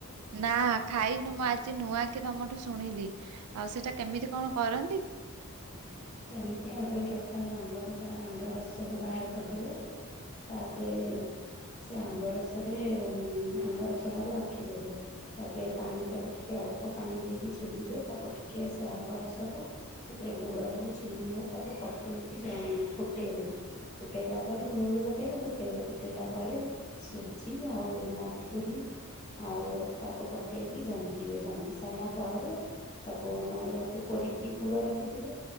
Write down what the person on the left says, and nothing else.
ଏମିତି ଆଗେ ପ୍ରଥମେ ଆମ୍ବରୁ ତା ଆମ୍ବ ରସକୁ ବାହାର କରିଦେବେ। ତାପରେ ସେ ଆମ୍ବ ରସରେ ଆମ୍ବ ରସ ଟାକୁ ରଖିଦେବେ। ତାପରେ ପାଣି ତାକୁ ଟିକେ ଅଳ୍ପ ପାଣି ଦେଇକି ଚୁଲିରେ ତାକୁ ଟିକିଏ ସେ ଆମ୍ବ ରସକୁ ସେଥିରେ ଗୁଡ ହଉ ଚିନି ହଉ ତାକୁ ପକେଇକି ଯ ଫୁଟେଇଦେବେ। ଫୁଟେଇଲା ପରେ ଲୁଣ ବି ପକେଇବେ ଫୁଟେଇବେ। ଫୁଟେଇଲା ପରେ ସୁଜି ଆଉ ମଧୁରୀ। ଆଉ ତାକୁ ପକେଇକି ଜନ୍ତିବେ ଜନ୍ତି ସାରିଲା ପରେ‌ ତାକୁ ନଡିଆକୁ କୋରିକି ପୁର ରଖିଥିବେ।